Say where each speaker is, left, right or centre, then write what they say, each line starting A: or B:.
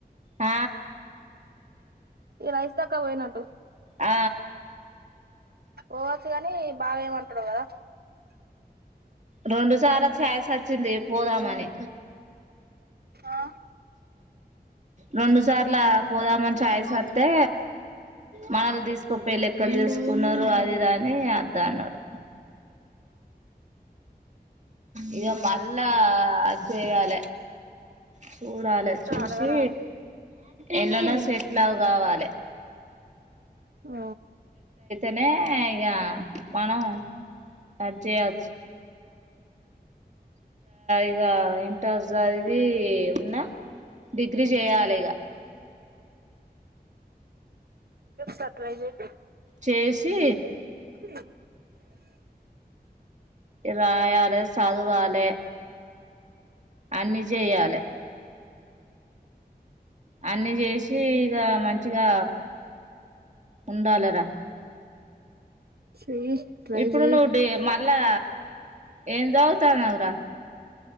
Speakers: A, on the right (about 45°); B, on the right (about 70°).
A: ఆ
B: ఈ రైస్తక్క వోయినట్టు
A: ఆ
B: పోవచ్చు గాని బావ ఏమంటాడు కదా
A: రెండు సార్ల చాయిస్ వచ్చింది పోదామని
B: ఆ
A: రెండు సార్లు పోదామని చాయస్ వస్తతే మనలు తీసుకోపోయ లెక్కలు చేసుకున్నారు అదిద అని అద్ద అన్నాడు ఇగ మళ్ళ చెయాలె చూడాలె
B: ఒకసారి
A: చూసి
B: అడగరాదు
A: ఎన్నునా సెట్లవ్ కావాలి
B: ఆ
A: అనే ఇగ మనం అది చేయచ్చు ఇక ఇంటర్ చదివి ఉన్న డిగ్రీ చేయాలి ఇగ
B: సర్ప్రాయిజ్ అయితే
A: చేసి
B: హామ్
A: రాయాలే చదువాలె అన్ని జయాలే అన్ని చేసి ఇక మంచి మంచిగా ఉండాలని త
B: చెయ్యి ట్రై
A: ఇప్పుడు
B: చెయ్యి
A: ను డి మళ్ళా ఏం చదువుతానవ్ రా